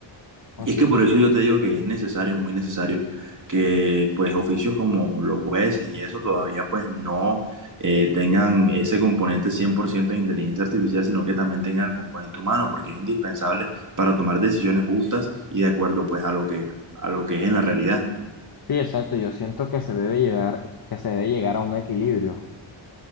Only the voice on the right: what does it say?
Y
es que por eso yo te digo que es necesario, muy necesario, que pues oficios como los jueces y eso todavía pues no eh, tengan ese componente 100% de inteligencia artificial, sino que también tengan el componente humano, porque es indispensable para tomar decisiones justas y de acuerdo pues a lo que, a lo que es en la realidad.